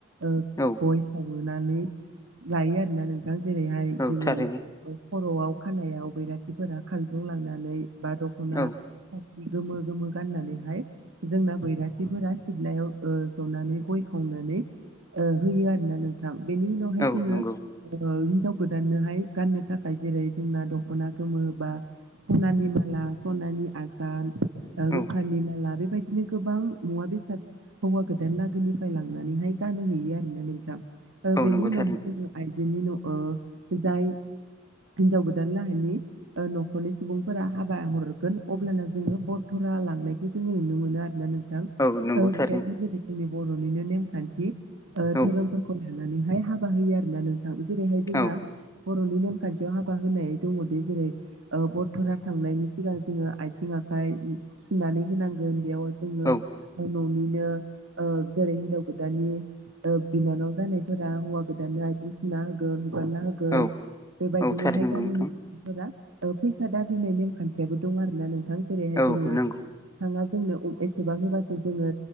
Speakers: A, on the right; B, on the left.
A: ओ
B: औ
A: गय खाव नुनानै लायो आरोना नोंथां जेरैहाय
B: औ
A: जोङो
B: थारैनो
A: खर'आव खानायाव बैराथिफोरा खांजुं लांनानै बा दख'ना
B: औ
A: थावसि गोमो गोमो गाननानैहाय जोंना बैराथिफोरा सिद्लायाव जनानै गय खावनानै ओ होयो आरोना नोंथां बेनि उनावहाय
B: औ
A: जोङो
B: नंगौ
A: ओ हिनजाव गोदाननोहाय गाननो थाखाय जेरै जोंना दख'ना गोमो बा सनानि माला सनानि आजाद ओ
B: औ
A: रुफानि माला बेबायदिनो गोबां मुवा बेसाद हौवा गोदान लागोनिफ्राय लांनानैहाय गानहयो आरोना नोंथां ओ
B: औ
A: बेनि
B: नंगौ
A: उनावहाय
B: थारैनो
A: जोङो आइजोनि न' ओ जाय हिनजाव गोदान लाहायनि ओ न'खरनि सुबुंफोरा हाबा हरगोन अब्लाना जोङो बर फुरा लांनायखौ जोङो नुनो मोनो आरोना नोंथां
B: औ नंगौ
A: बेयाव
B: थारैनो
A: ज जोंनि बर'निनो नेमखान्थि ओ
B: औ
A: धोरोमफोरखौ लानानैहाय हाबा होयो आरोना नों जेरैहाय जोंना
B: औ
A: बर'नि नेमखान्थियाव हाबा होनाय दङदि जेरै ओ बरथरा थांनायनि सिगां जोङो आथिं आखाइ सुनानै होनांगोन बेयाव जोङो
B: औ
A: न'निनो ओ जेरै हिन्जाव गोदानानि ओ बिनानाव जानायफोरा हौवा गोदानानो आथिं सुना होगोन हुगारना होगोन
B: औ
A: बेबायदिनोहाय
B: औ थारैनो नंगौ
A: गामिनि
B: नोंथां
A: सुबुं फोरा ओ फैसा दाबिनाय नेम खान्थियाबो दं आरो ना नोंथां जेरैहाय
B: औ
A: जोङो
B: नंगौ
A: नोंथाङा जोंनो एसेबां होबासो जोङो